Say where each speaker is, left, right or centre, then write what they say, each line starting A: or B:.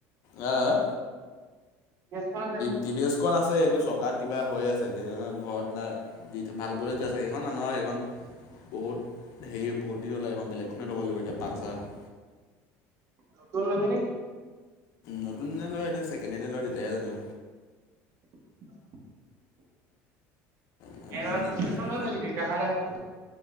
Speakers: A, on the left (about 60°); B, on the right (about 50°).
A: অঁ?
B: খন আছে নে
A: টিভি এছখনন আছে এইটো চকা কিবা হৈ আছে সেই ঘৰত ন দি থ ভাল কৰি য আছে সেইখন আনো আৰু সেইখন বহুত হেৰি বহুত দিন 'লে এখন বেলেগখনেই ল'ব লাগিব এতিয়া পালচাৰ এখন।
B: নতুন লবি নে কি!
A: নতুন লয় নে ছেকেণ্ড সেণ্ড লয় তেতিয়াহে জানিব।
B: অঁৱ
A: মই
B: এডান
A: ইমান ইমান সেইটো
B: ল ল লখা।